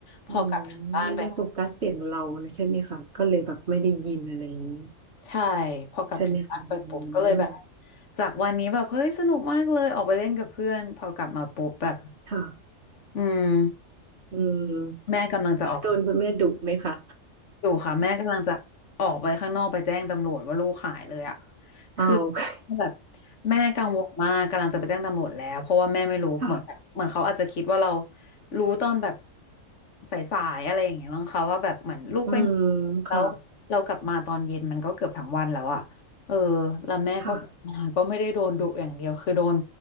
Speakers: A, on the left; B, on the right.
A: พอกลับถึงบ้านไป
B: อืมไม่ได้โฟกัสเสียงเรานะใช่ไหมคะก็เลยแบบไม่ได้ยินอะไรอย่างนี้
A: ใช่พอกลับถึงบ้านไปปุ๊บก็เลยแบบ
B: ใช่ไหมคะอืม
A: จากวันนี้แบบเฮ้ยสนุกมากเลยออกไปเล่นกับเพื่อนพอกลับมาปุ๊บแบบ
B: ค่ะ
A: อืม
B: อืม
A: แม่กำลังจะออกไป
B: แล้วโดนคุณแม่ดุไหมคะ
A: อยู่ค่ะแม่กำลังจะออกไปข้างนอกไปแจ้งตำรวจว่าลูกหายเลยอ่ะ
B: อ้าว
A: คือ
B: <laughs>
A: แบบแม่กังวลมากกำลังจะไปแจ้งตำรวจแล้วเพราะว่าแม่ไม่รู้เหมือนแบบเหมือนเขาอาจจะคิดว่าเรา
B: ค่ะ
A: รู้ตอนแบบสายๆอะไรอย่างเงี้ยมั้งคะว่าแบบเหมือนลูกไปไหน
B: อืม
A: แล้วเรากลับมาตอนเย็นมันก็เกือบทั้งวันแล้วอ่ะเออ
B: ค่ะ
A: แล้วแม่ก็กลับมาก็ไม่ได้โดนดุอย่างเดียวคือโดน
B: ค่ะ